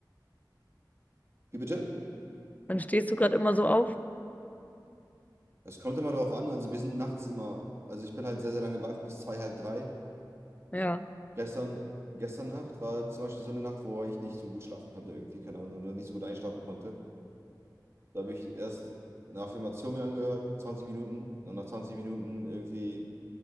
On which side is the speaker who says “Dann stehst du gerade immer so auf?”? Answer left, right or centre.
Left